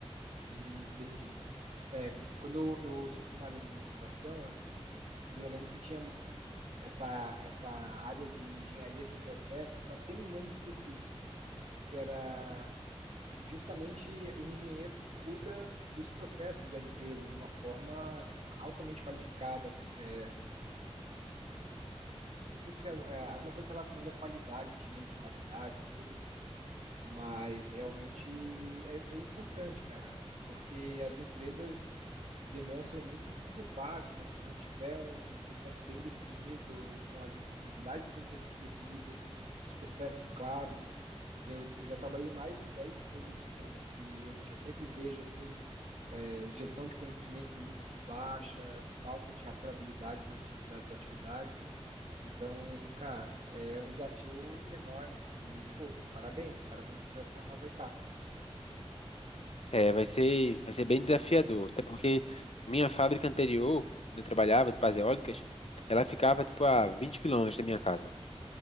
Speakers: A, on the right; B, on the left.
A: Hum, entendi. É, quando eu sou formado em administração, né, e eu lembro que tinha um, essa, essa área de engenharia de processos, mas tem um nome específico, que era justamente o engenheiro que cuida dos processos da empresa de uma forma altamente qualificada. é, Não sei se tem algu- é, alguma coisa relacionada à qualidade, dinheiro de qualidade, uma coisa assim. Mas realmente é, é importante, cara, porque as empresas demonstram muito despreparo, né? Se não tiver um processo bem definido, com as responsabilidades bem de- definidas, os processos claros. Eu, eu já trabalhei em mais de 10 empresas diferentes e o que eu sempre vejo, assim, é, gestão de conhecimento muito baixa, falta de rastreabilidade das, das atividades. Então, cara, é um desafio enorme. E, pô, parabéns, parabéns por essa nova etapa.
B: É, vai ser, vai ser bem desafiador, até porque minha fábrica anterior, onde eu trabalhava, de pás eólicas, ela ficava tipo a 20 quilômetros da minha casa.